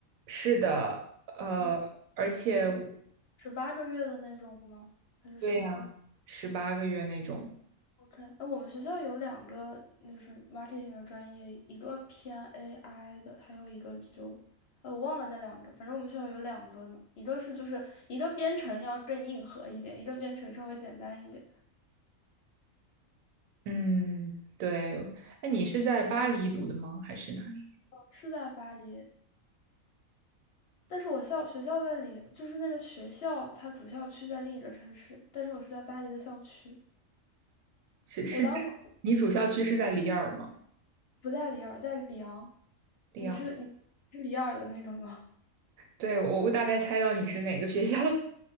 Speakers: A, on the right (about 80°); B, on the left (about 55°).
A: 是的，呃，
B: 嗯，
A: 而且 <laughs>
B: 十八个月的那种吗？还是十二？
A: 对呀，十八个月那种，
B: OK，哎，我们学校有两个就是 marketing 的专业，一个偏 AI 的，还有一个就，哎，我忘了那两个，反正我们学校有两个呢，一个是就是一个编程要更硬核一点，一个编程稍微简单一点，
A: 嗯，对。那你是在巴黎读的吗？还是哪里？
B: 是在巴黎，但是我校学校在里，就是那个学校它主校区在另一个城市，但是我是在巴黎的校区，
A: 是是在你主校区是在里尔吗？
B: 我当时不在里尔，在里昂，
A: 里昂。
B: 你是你是里尔的那种吗？<laughs>
A: 对，我我大概猜到你是哪个学校的。